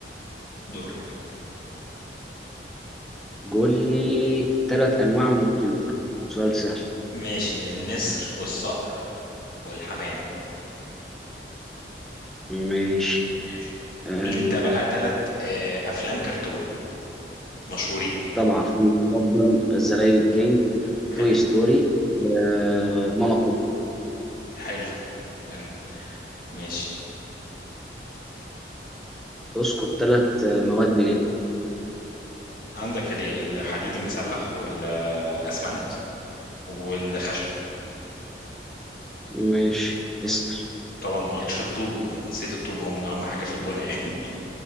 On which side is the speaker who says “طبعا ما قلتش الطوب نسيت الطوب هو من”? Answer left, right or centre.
Left